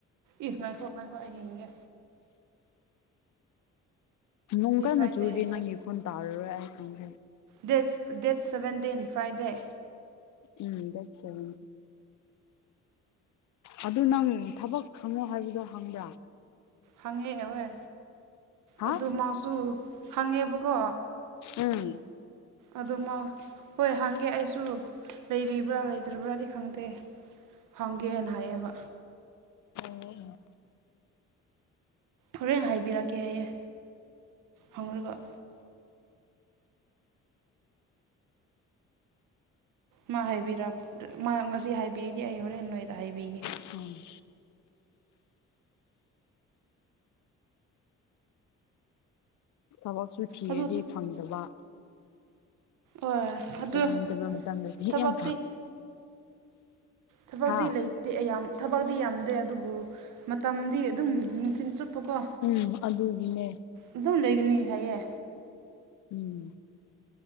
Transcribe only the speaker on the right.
ꯏ ꯉꯥꯏꯈꯣ ꯉꯥꯏꯈꯣ ꯑꯩ ꯌꯦꯡꯒꯦ
ꯉꯁꯤ
ꯐ꯭ꯔꯥꯏꯗꯦ
ꯗꯦꯠ
date date seventeen Friday
ꯍꯪꯉꯦ ꯍꯣꯏ
ꯑꯗꯨ ꯃꯥꯁꯨ ꯍꯪꯉꯦꯕꯀꯣ
ꯑꯗꯨꯃ ꯍꯣꯏ ꯍꯥꯡꯒꯦ ꯑꯩꯁꯨ ꯂꯩꯔꯤꯕ꯭ꯔꯥ ꯂꯩꯇ꯭ꯔꯤꯕ꯭ꯔꯥꯗꯤ ꯈꯪꯗꯦ ꯐꯪꯒꯦꯅ ꯍꯥꯏꯌꯦꯕ
ꯍꯣꯔꯦꯟꯦꯟ ꯍꯥꯏꯕꯤꯔꯛꯀꯦ ꯍꯌꯦꯌꯦꯦ ꯐꯪꯂꯒ ꯃꯥ ꯍꯥꯏꯕꯤꯔ ꯉꯁꯤ ꯍꯥꯏꯕꯤꯒꯗꯤ ꯑꯩ ꯍꯣꯔꯦꯟ ꯅꯣꯏꯗ ꯍꯥꯏꯕꯤꯒꯦ
ꯑꯗꯨ
ꯑꯣ ꯑꯗꯨ
ꯊꯕꯛꯇꯗꯤꯤ
ꯊꯐꯥꯎꯗꯤ
ꯂꯩ ꯌꯥꯝꯌꯥꯝ ꯊꯕꯛꯇꯛꯇꯤ ꯌꯥꯝꯗꯦ ꯑꯗꯨꯕꯨ ꯃꯇꯝꯗꯤ ꯑꯗꯨꯝ ꯅꯨꯡꯊꯤꯤꯟ ꯆꯨꯞꯄꯀꯣ
ꯑꯗꯨꯝ ꯂꯩꯒꯅꯤ ꯍꯥꯏꯌꯦ